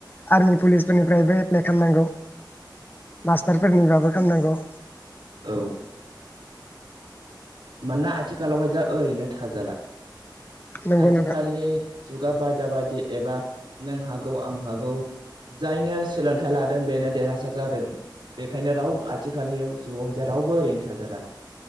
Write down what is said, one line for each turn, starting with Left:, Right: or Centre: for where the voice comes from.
Left: आर्मि पुलिसफोरनिफ्रायबो। एफ्लाय खालामनांगौ मास्टारफोरनिबाबो खालामनांगौ।
Right: औ। मानोना आथिखालावहाय जा ओरैनो थाजाला
Left: नंगौ
Right: आथिखालनि।
Left: नोंथां
Right: जुगा बादा बादि एबा नों हागौ आं हागौ, जायनो सोलोंथाइ लादों बेनो देरहासार जादों बेखायनो रावो आथिखालनि जुगाव रावबो ओरैनो थाजाला।